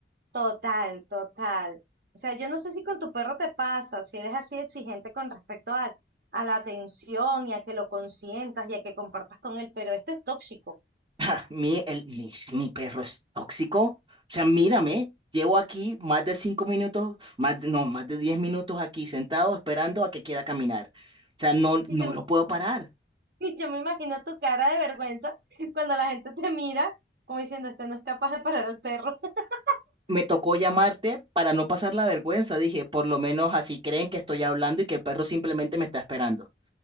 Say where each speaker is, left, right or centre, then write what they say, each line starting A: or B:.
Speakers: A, on the right (about 60°); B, on the right (about 25°).
A: Total, total. O sea, yo no sé si con tu perro te pasa, si eres así exigente con respecto a, a la atención y a que lo consientas y a que compartas con él, pero este es tóxico.
B: Ja, mi, el, mi, mi perro es tóxico. O sea, mírame, llevo aquí más de cinco minutos, más de- no, más de diez minutos aquí sentado esperando a que quiera caminar. O sea, no,
A: Y,
B: no
A: te-
B: lo puedo parar.
A: <laughs> y yo me imagino tu cara de vergüenza cuando la gente te mira como diciendo, este no es capaz de parar al perro. <laughs>
B: Me tocó llamarte para no pasar la vergüenza. Dije, por lo menos así creen que estoy hablando y que el perro simplemente me está esperando.